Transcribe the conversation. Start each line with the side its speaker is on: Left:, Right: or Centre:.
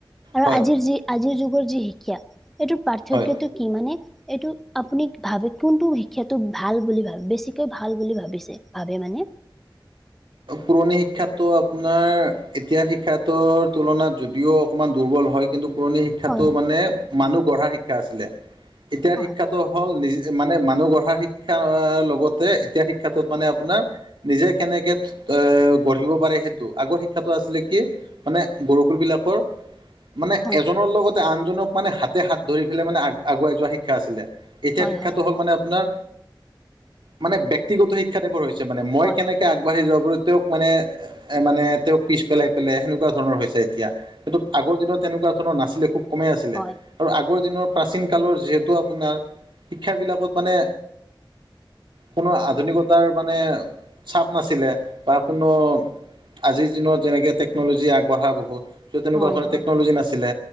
Centre: আৰু
Right: হয়
Centre: আজিৰ যি আজিৰ যুগৰ যি শিক্ষা, এইটোৰ পাৰ্থক্যটো
Right: হয়
Centre: কি মানে এইটো আপুনি ভাবে কোনটো শিক্ষাটো ভাল বুলি ভাবে, বেছিকৈ ভাল বুলি ভাবিছে ভাবে মানে?
Right: পুৰণি শিক্ষাতটো আপোনাৰ এতিয়া শিক্ষাৰ তুলনাত যদিও অকমান দুৰ্বল হয় কিন্তু পুৰণি শিক্ষাটো
Centre: হয়
Right: মানে মানুহ গঢ়াৰ শিক্ষা আছিলে, এতিয়াৰ
Centre: হয়
Right: শিক্ষাত হ'ল নিজ মানে মানুহ গঢ়াৰ শিক্ষা লগতে এতিয়া শিক্ষাটোত মানে আপোনাৰ নিজে কেনেকে এ গঢ়িব পাৰে সেইটো। আগৰ শিক্ষাটো আছিলে কি মানে গুৰুকুল বিলাকৰ মানে
Centre: হয়
Right: এজনৰ লগতে আনজনক মানে হাতে- হাত ধৰি পেলাই মানে আগুৱাই যোৱা শিক্ষা আছিলে এতিয়া
Centre: হয়
Right: শিক্ষাটো
Centre: হয়
Right: হ'ল মানে আপোনাৰ মানে ব্যেয়ক্তিগত শিক্ষা দেৱৰ হৈছে মানে, মই
Centre: হয়
Right: কেনেকে
Centre: হয় হয়
Right: আগবাঢ়ি যোৱাব তেওঁক মানে এ মানে তেওঁক পিছ পেলাই, পেলাই সেনেকুৱা ধৰণৰ হৈছে। এতিয়া সেই আগৰ দিনত তেনেকুৱা ধৰণৰ নাছিলে, খুব কমেই আছিলে।
Centre: হয়
Right: আৰু আগৰ দিনৰ প্ৰাচীন কালৰ যিহেতু আপোনাৰ শিক্ষাবিলাকত মানে কোনো আধুনিকতাৰ মানে চাপ নাছিলে বা কোনো আজিৰ দিনত যেনেকে টেকন'লজি আগবঢ়া বহুত, য তেনেকুৱা
Centre: হয়
Right: ধৰণৰ
Centre: হয় হয়
Right: টেকন'লজি নাছিলে,